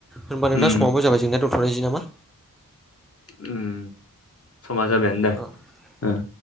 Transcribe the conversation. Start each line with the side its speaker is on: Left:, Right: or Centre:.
Centre: होनबा नोंथां
Left: उम
Centre: समावबो जाबाय जेंना दोनथ'निसै नामा?
Left: उम समा जाबायानो दे
Centre: औ
Left: ओ।
Centre: औ